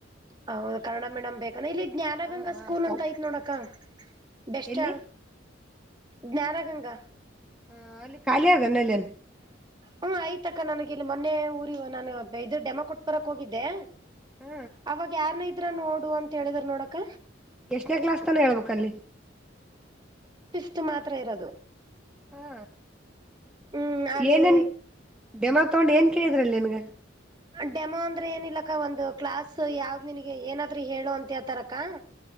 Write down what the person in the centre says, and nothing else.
ಹಾ ಹಾ
ಕ
ಎಲ್ಲಿ
ಹ ಅಲ್ಲಿ ಖಾಲಿ ಆಗಣ ಅಲ್ಲಿ
ಹ
ಎಷ್ಟನೇ ಕ್ಲಾಸ್ ತಾನ ಹೇಳ್ಬೇಕಲ್ಲಿ
ಹಾ
ಏನನ್ ಡೆಮಾಕ್ ತೊಗೊಂಡು ಏನ್ ಕೇಳಿದ್ರಲ್ಲಿ ನಿನ್ಗ